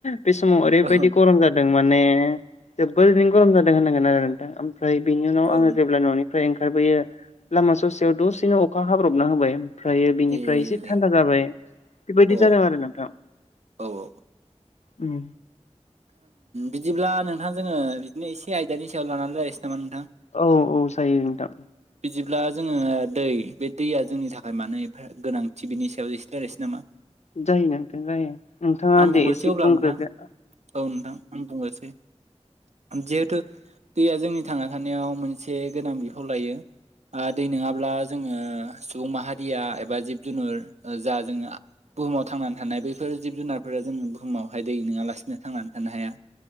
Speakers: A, on the left; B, on the right.
A: बे समाव ओरैबायदि
B: औ
A: गरम जादों माने जोबोर बिदिनो गरम जादों होननांगोन आरो नोंथां ओमफ्राय बिनि उनाव
B: औ
A: आङो जेब्ला न'नि फ्राय ओंखारबोयो लामा ससेयाव दसेनो अखा हाब्रबना होबाय ओमफ्रायो बेनिफ्राय
B: ए
A: एसे थान्दा जाबाय बेबायदि
B: अ
A: जादों आरो नोंथां
B: औ औ
A: उम
B: बिदिब्ला नोंथां जोङो बिदिनो एसे आयदानि सायाव लानानै रायलायसै नामा नोंथां
A: औ औ जायो नोंथां
B: बिदिब्ला जोङो दै बे दैया जोंनि थाखाय मानो एफा गोनांथि बिनि सायाव एसे रायलायसै नामा
A: जायो नोंथां जायो नोंथाङा
B: आं बुंग्रोसै
A: दे एसे
B: अब्ला
A: बुंग्रोदो
B: नोंथां औ नोंथां आं बुंग्रोनसै जिहेथु दैया जोंनि थांना थानायाव मोनसे गोनां बिफाव लायो दै नङाब्ला जोङो सुबुं माहारिया एबा जिब जुनुर जा जोङो आ बुहुमाव थांनानै थानाय बैफोर जिब जुनारफोरा जोङो बुहुमावहाय दै नङालासिनो थांनानै थानो हाया।